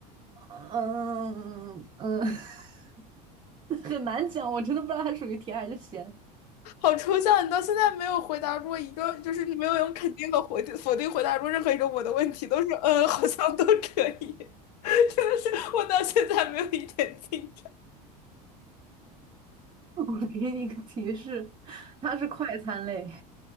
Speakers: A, on the right; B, on the left.
A: 呃嗯嗯嗯。<laughs> <laughs> 很难讲，我真的不知道它属于甜还是咸。
B: 好抽象，你到现在没有回答过一个，就是你没有用肯定和否定否定回答过任何一个我的问题，都是嗯，好像都可以，<laughs> 真的是我到现在没有一点进展。
A: <laughs> 我给你一个提示，它是快餐类，